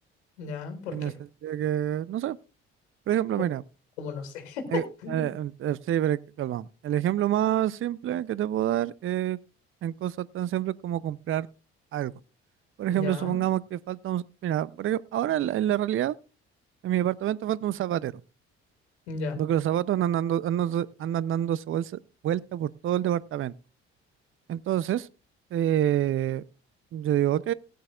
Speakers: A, on the left (about 75°); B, on the right (about 40°).
A: Ya, ¿por
B: en
A: qué?
B: el sentido que, no sé, por ejemplo,
A: Co-
B: mira,
A: Como no sé. <laughs>
B: eh, eh, eh, sí, pero que- calma. El ejemplo más simple que te puedo dar es en cosas tan simples como comprar algo. Por
A: Ya,
B: ejemplo, supongamos que falta un, mira, por ejemplo, ahora en la, en la realidad, en mi departamento falta un zapatero,
A: ya,
B: porque los zapatos andan dando, andan, andan dándose vuelta, vuelta por todo el departamento. Entonces, eh, yo digo, ok.